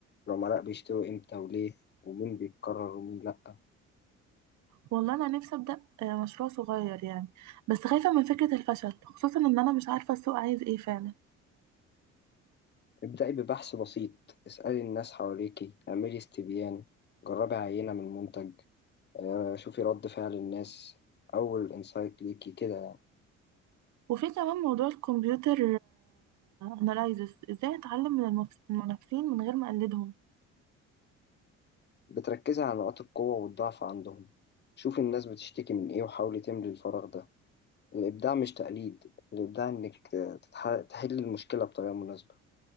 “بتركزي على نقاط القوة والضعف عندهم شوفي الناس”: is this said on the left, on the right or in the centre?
Left